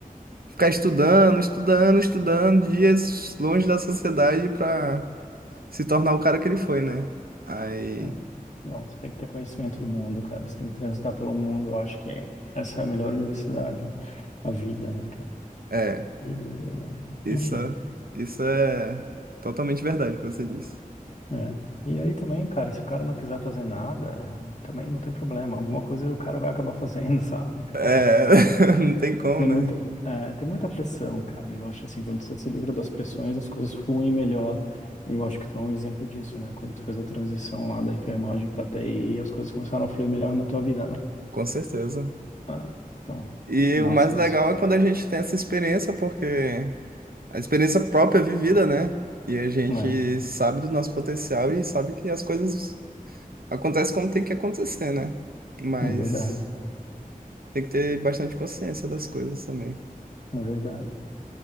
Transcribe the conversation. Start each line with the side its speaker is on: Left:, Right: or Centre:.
Right: ficar estudando, estudando, estudando, dias longe da sociedade para se tornar o cara que ele foi, né? Aí,
Left: Não, não, você tem que ter conhecimento do mundo, cara. Você tem que transitar pelo mundo. Eu acho que essa é a melhor universidade, a vida, né, cara?
Right: é,
Left: E,
Right: isso,
Left: enfim,
Right: isso é totalmente verdade o que você disse.
Left: é. E aí também, cara, se o cara não quiser fazer nada, é, também não tem problema. Alguma coisa o cara vai acabar fazendo, <laughs> sabe? Tipo.
Right: É, <laughs> não tem como,
Left: Tem
Right: né?
Left: muita, é, tem muita pressão, cara. Eu acho assim, quando você se livra das pressões, as coisas fluem melhor. E eu acho que tu é um exemplo disso, né? Quando tu fez a transição lá da enfermagem pra TI, as coisas começaram a fluir melhor na tua vida, né?
Right: Com certeza.
Left: Ah, então,
Right: E
Left: massa
Right: o mais legal
Left: isso.
Right: é quando a gente tem essa experiência, porque a experiência própria é vivida, né? E a gente
Left: É,
Right: sabe do nosso potencial e sabe que as coisas acontecem como tem que acontecer, né? Mas
Left: é verdade,
Right: tem que ter bastante consciência das coisas também.
Left: é verdade.